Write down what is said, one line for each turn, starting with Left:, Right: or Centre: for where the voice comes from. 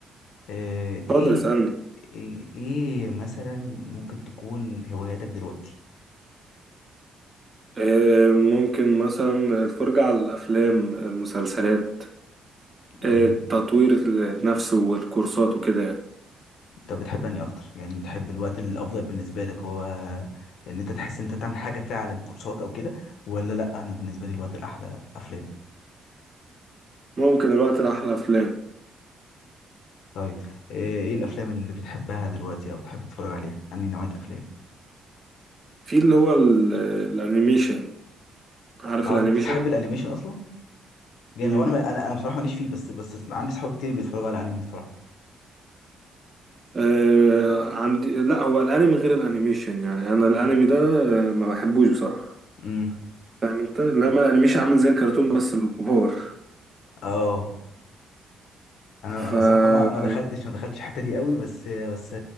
Left: آه ايه
Right: اتفضل اسألني
Left: ايه إيه مثلا ممكن تكون هواياتك دلوقتي
Right: إيه ممكن مثلا الفرجة على الأفلام المسلسلات
Left: يعني
Right: إيه التطوير نفسه والكورسات وكده يعني
Left: انت بتحب اني اكتر يعني بتحب الوقت الافضل بالنسبه لك هو ان انت تحس ان انت تعمل حاجه فعلا كورسات او كده ولا لا انا بالنسبه لي الوقت الاحلى افلام
Right: ممكن الوقت الأحلى أفلام
Left: طيب آه ايه الافلام اللي بتحبها دلوقتي او بتحب تتفرج عليها انهي نوعيه افلام
Right: في اللي هو ال- الأنيميشن عارف
Left: اه
Right: الأنيميشن؟
Left: انت بتحب الانيميشن اصلا جامد
Right: مم.
Left: وانا انا انا أنا بصراحه ماليش فيه بس بس عندي صحاب كتير بيتفرجوا على الانمي بصراحه
Right: إيه عندي لا هو الأنمي غير الأنيميشن يعني أنا الأنمي ده آه، ما بحبوش بصراحة
Left: امم
Right: فاهم أنت؟ لما الأنيميشن عامل زي الكرتون بس الكبار
Left: اه انا
Right: فاهم؟
Left: انا بصراحه ما ما دخلتش ما دخلتش الحته دي قوي بس بس